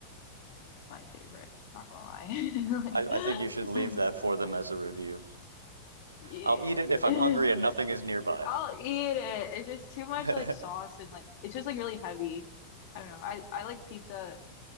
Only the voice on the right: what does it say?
I, I think you should
leave
that for them as a review.
I'll eat it if I'm
hungry and nothing is nearby.
<laughs>
I,